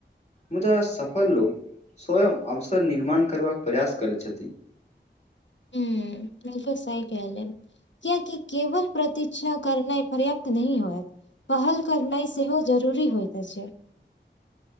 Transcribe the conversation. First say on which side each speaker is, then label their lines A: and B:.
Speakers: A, on the left (about 35°); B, on the left (about 75°).
A: मुदा सफल लोक स्वयं अवसर निर्माण करबा कऽ प्रयास करै छथिन।
B: हू बिल्कुल सही कहल कियाकि केवल प्रत्षा करनाइ पर्याप्त नह होयत। पहल करनाइ सेहो जरूरी होइत छै।